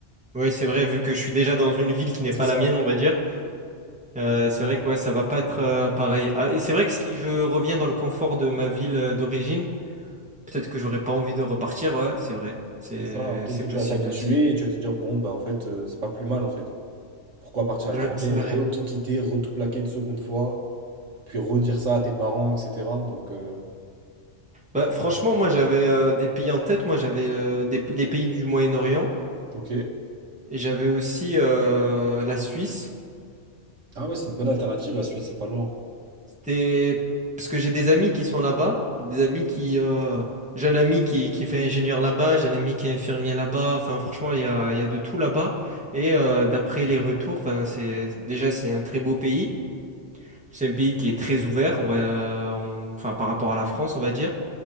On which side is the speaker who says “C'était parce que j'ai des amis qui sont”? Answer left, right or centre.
Centre